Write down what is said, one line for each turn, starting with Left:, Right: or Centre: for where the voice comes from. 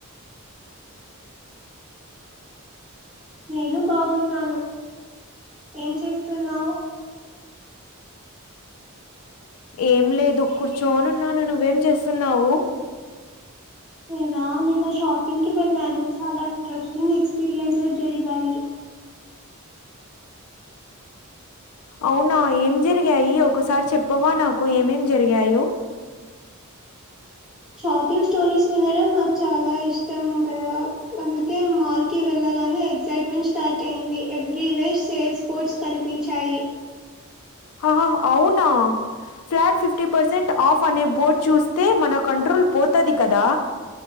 Centre: నేను బాగున్నాను ఏం చేస్తున్నావ్
Left: ఏం లేదు కూర్చోనున్నాను నువ్వేం చేస్తున్నావు
Centre: నేనా నిన్న షాపింగ్కి వెళ్ళాను చాలా ఇంట్రెస్టింగ్ ఎక్స్పీరియన్సెస్ జరిగాయి
Left: అవునా ఏం జరిగాయి ఒకసారి చెప్పవా నాకు ఏమేం జరిగాయో
Centre: షాపింగ్ స్టోరీస్ వినడం నాకు చాలా ఇష్టం కదా అందుకే మాల్ కి వెళ్ళా గానే ఎగ్సైట్మెంట్ స్టార్ట్ అయింది ఎవ్రీ వేర్ సేల్స్ బోర్డ్స్ కనిపించాయి
Left: హహ అవునా ఫ్లాట్ ఫిఫ్టీ పర్సెంట్ ఆఫ్ అనే బోర్డ్ చూస్తే మన కంట్రోల్ పోతది కదా